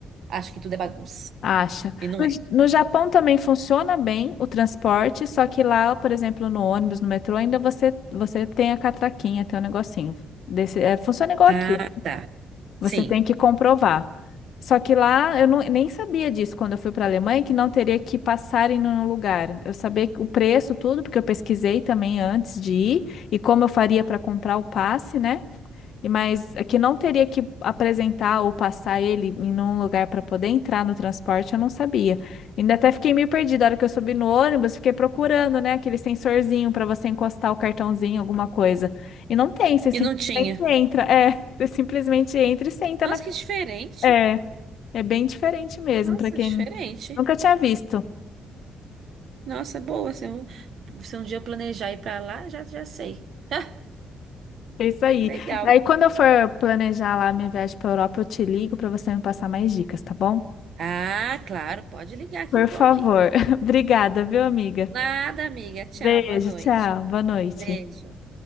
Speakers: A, on the right; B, on the left.
A: acham que tudo é bagunça.
B: acha.
A: E não
B: No,
A: é.
B: J- no Japão também funciona bem o transporte, só que lá, por exemplo, no ônibus, no metrô, ainda você, você tem a catraquinha, tem um negocinho. Desse, é, funciona igual
A: Ah,
B: aqui.
A: tá.
B: Você
A: Sim.
B: tem que comprovar. Só que lá eu não- nem sabia disso quando eu fui para a Alemanha, que não teria que passar em nenhum lugar. Eu sabia o preço, tudo, porque eu pesquisei também antes de ir e como eu faria para comprar o passe, né? E mas é que não teria que apresentar ou passar ele em um lugar para poder entrar no transporte, eu não sabia. Ainda até fiquei meio perdida. A hora que eu subi no ônibus, fiquei procurando, né, aquele sensorzinho para você encostar o cartãozinho, alguma coisa. E não tem, você simplesmente
A: E não tinha.
B: entra. É, <laughs> você simplesmente entra e senta
A: Nossa,
B: na.
A: que diferente.
B: É, é bem diferente mesmo,
A: Nossa,
B: para quem
A: diferente.
B: nunca tinha visto.
A: Nossa, boa. Se um, se um dia eu planejar ir para lá, já, já sei. <laughs>
B: É isso aí.
A: Legal.
B: Aí quando eu for planejar lá a minha viagem para Europa, eu te ligo para você me passar mais dicas, tá bom?
A: Ah, claro, pode ligar
B: Por
A: que eu tô
B: favor.
A: aqui.
B: <laughs> Obrigada, viu, amiga?
A: Nada, amiga. Tchau,
B: Beijo,
A: boa noite.
B: tchau, boa noite.
A: Beijo.